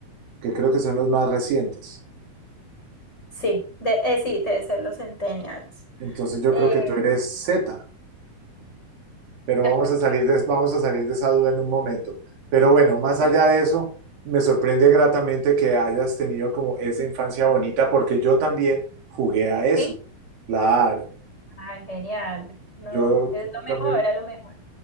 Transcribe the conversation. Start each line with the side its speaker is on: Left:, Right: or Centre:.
Right: que creo que son los más recientes.
Left: Sí, de, eh, sí, debe ser los centennials.
Right: Entonces yo
Left: Eh,
Right: creo que tú eres Z. pero
Left: de
Right: vamos
Left: pronto.
Right: a salir de, vamos a salir de esa duda en un momento. Pero
Left: <laughs>
Right: bueno, más allá de eso, me sorprende gratamente que hayas tenido como esa infancia bonita, porque yo también jugué a eso.
Left: Sí.
Right: Claro,
Left: Ay, genial. No,
Right: yo
Left: es lo mejor,
Right: también,
Left: era lo mejor.